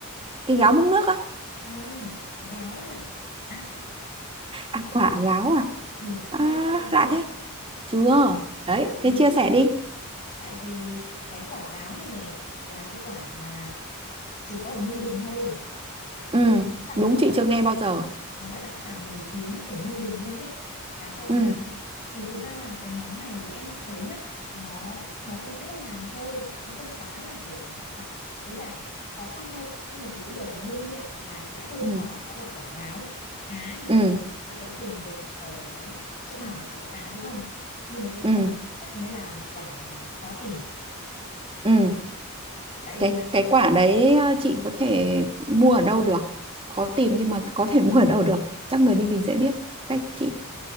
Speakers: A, on the right; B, on the left.
A: cái gáo múc nước á
B: không gáo là quả
A: à quả gáo à
B: ừ
A: à
B: nghe bao giờ
A: lạ
B: chưa
A: thế chưa đấy
B: tại vì
A: thế chia sẻ đi
B: tại vì cái quả gáo này này là cái quả mà chỉ có ở Ninh Bình thôi
A: ừ
B: và nó
A: đúng
B: là
A: chị chưa nghe bao giờ
B: nó là đặc sản nổi tiếng của Ninh Bình luôn ấy cá kho gà
A: ừ
B: thì thực ra là cái món này em thấy nhá nó nó cũng dễ làm thôi nó không quá là kiểu đặc ý là khó khăn đâu nhưng mà chỉ có điều là nguyên liệu làm sẽ hơi
A: ừ
B: khó đó là quả gáo cá thì
A: ừ
B: tất nhiên là chị vẫn tìm được ở chỗ nào mà chả có cá đúng không nhưng mà cái
A: ừ
B: quả gáo ấy mới là quả mà khó tìm
A: ừ
B: tại vì
A: cái
B: là
A: cái quả đấy ờ,
B: <laughs>
A: chị có thể mua ở đâu được khó tìm nhưng mà có thể <laughs> mua ở đâu được chắc người Ninh Bình sẽ biết cách chị